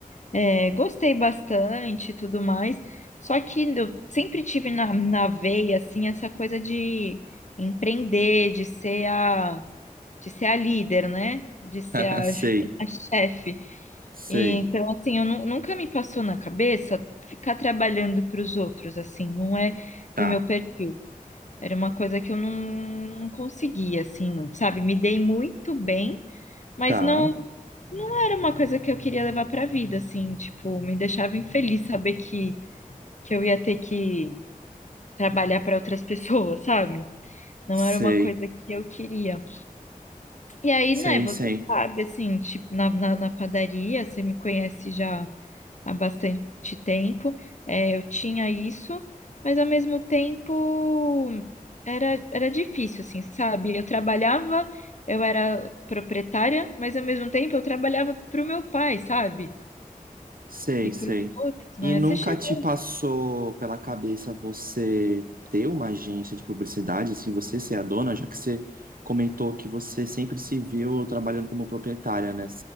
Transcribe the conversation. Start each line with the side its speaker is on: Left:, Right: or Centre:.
Left: É, gostei bastante e tudo mais. Só que eu sempre tive na, na veia, assim, essa coisa de empreender, de ser a, de ser a líder, né? De ser
Right: <laughs>
Left: a,
Right: Sei,
Left: <laughs> a chefe.
Right: sei.
Left: Então, assim, eu nu- nunca me passou na cabeça ficar trabalhando para os outros, assim, não é
Right: Tá,
Left: do meu perfil. Era uma coisa que eu não, não conseguia, assim, muito, sabe? Me dei muito bem, mas
Right: tá.
Left: não. Não era uma coisa que eu queria levar pra vida, assim, tipo, me deixava infeliz saber que, que eu ia ter que trabalhar para outras <laughs> pessoas, sabe? Não
Right: Sei,
Left: era uma coisa que eu queria. E aí,
Right: sei,
Left: né, você
Right: sei.
Left: sabe, assim, tipo, na, na, na padaria, você me conhece já há bastante tempo, é, eu tinha isso, mas ao mesmo tempo era, era difícil, assim, sabe? Eu trabalhava, eu era proprietária, mas ao mesmo tempo eu trabalhava pro meu pai, sabe?
Right: Sei,
Left: e
Right: sei.
Left: para os outros, né?
Right: E nunca
Left: Você chegou.
Right: te passou pela cabeça você ter uma agência de publicidade, assim, você ser a dona, já que você comentou que você sempre se viu trabalhando como proprietária, né?